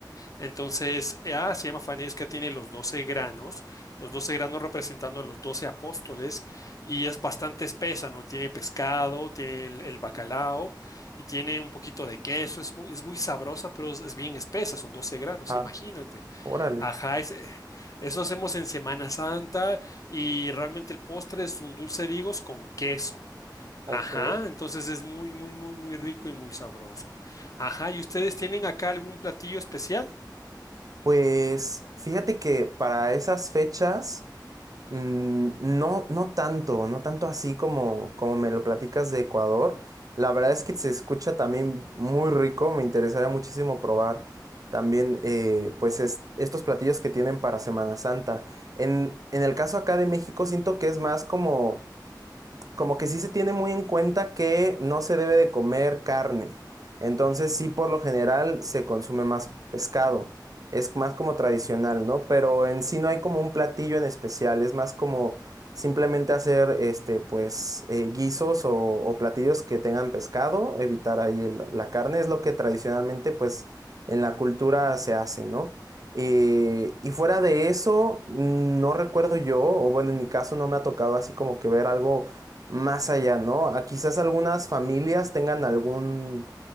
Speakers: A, on the left (about 50°); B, on the right (about 50°).
A: Entonces, eh, ah, se llama Fanesca, tiene los doce granos, los 12 granos representando a los 12 apóstoles y es bastante espesa, ¿no? Tiene pescado, tiene el, el bacalao y tiene un poquito de queso. Es muy, es muy sabrosa, pero es, es bien espesa, son 12 granos,
B: Ah,
A: imagínate.
B: órale.
A: Ajá, es- eh, eso hacemos en Semana Santa y realmente el postre es un dulce de higos con queso.
B: Ok.
A: Ajá, entonces es muy, muy, muy, muy rico y muy sabroso. Ajá, ¿y ustedes tienen acá algún platillo especial?
B: Pues fíjate que para esas fechas... Mm, No, no tanto, no tanto así como, como me lo platicas de Ecuador. La verdad es que se escucha también muy rico, me interesaría muchísimo probar también eh, pues es- estos platillos que tienen para Semana Santa. En, en el caso acá de México siento que es más como como que sí se tiene muy en cuenta que no se debe de comer carne. Entonces sí, por lo general se consume más pescado. Es más como tradicional, ¿no? Pero en sí no hay como un platillo en especial, es más como simplemente hacer este, pues, eh, guisos o, o platillos que tengan pescado, evitar ahí el- la carne, es lo que tradicionalmente, pues, en la cultura se hace, ¿no? Eh, y fuera de eso, mm, no recuerdo yo, o bueno, en mi caso no me ha tocado así como que ver algo más allá, ¿no? A quizás algunas familias tengan algún,